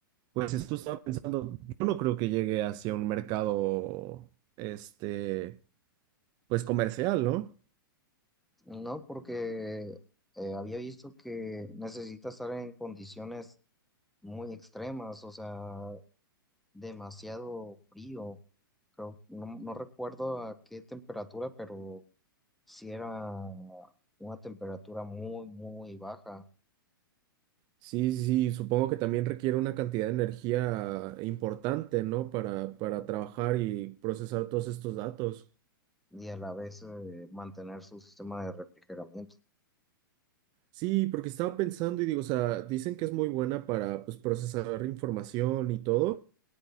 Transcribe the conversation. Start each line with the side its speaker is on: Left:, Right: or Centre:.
Right: pues esto estaba pensando, yo no creo que llegue hacia un mercado, este, pues comercial, ¿no?
Centre: ¿no? Porque eh, había visto que necesita estar en condiciones muy extremas, o sea, demasiado frío. Creo, no, no recuerdo a qué temperatura, pero sí era una temperatura muy, muy baja
Right: Sí, sí, supongo que también requiere una cantidad de energía importante, ¿no? Para, para trabajar y procesar todos estos datos.
Centre: y a la vez eh, mantener su sistema de refrigeramiento.
Right: Sí, porque estaba pensando y digo, o sea, dicen que es muy buena para pues procesar información y todo,